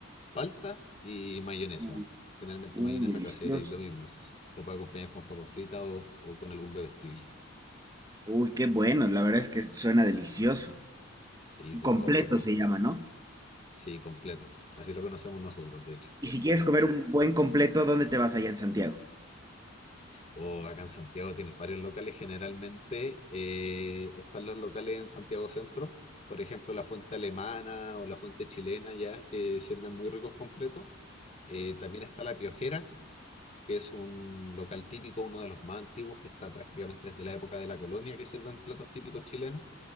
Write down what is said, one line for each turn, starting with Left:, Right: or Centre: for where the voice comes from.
Left: palta y mayonesa.
Right: uh.
Left: Generalmente
Right: Uy,
Left: mayonesa
Right: delicioso.
Left: casera y lo mismo, se, se- puede acompañar con papas fritas o, o con algún bebestible.
Right: Uy, qué bueno. La verdad es que suena delicioso.
Left: Sí,
Right: Un
Left: de
Right: completo
Left: todas formas,
Right: se llama,
Left: eh,
Right: ¿no?
Left: sí, completo. Así lo conocemos nosotros, de hecho.
Right: Y si quieres comer un buen completo, ¿dónde te vas allá en Santiago?
Left: O acá en Santiago tienes varios locales. Generalmente eh, están los locales en Santiago Centro, por ejemplo, la fuente alemana o la fuente chilena, ya que sirven muy ricos completos. Eh, también está La Piojera, que es un local típico, uno de los más antiguos, que está prácticamente desde la época de la colonia, que sirven platos típicos chilenos,